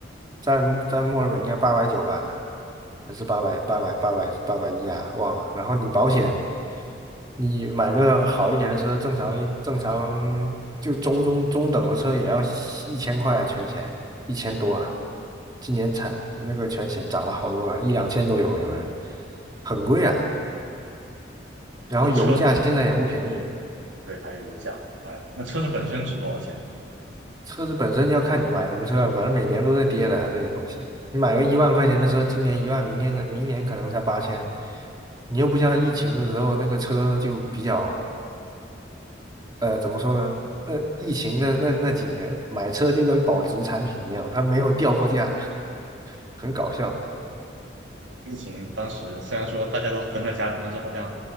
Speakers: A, on the right; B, on the right.
A: 在在墨尔本应该八百九吧，还是八百八百八百八百一啊？忘了。然后你保险，你买个好一点的车，正常一正常就中中中等的车也要一千块啊，全险一千多啊。今年产那个全险涨了好多啊，一两千都有，有人很贵啊。然后油价现在也不便宜，
B: 那车对，还有油价，哎，那车子本身值多少钱？
A: 车子本身要看你买什么车，反正每年都在跌的呀，这些东西。你买个一万块钱的车，今年一万，明天可明年可能才八千。你又不像疫情的时候，那个车就比较，呃，怎么说呢？那疫情那那那几年，买车就跟保值产品一样，它没有掉过价，<laughs> 很搞笑。
B: 疫情当时虽然说大家都分在家里，但是好像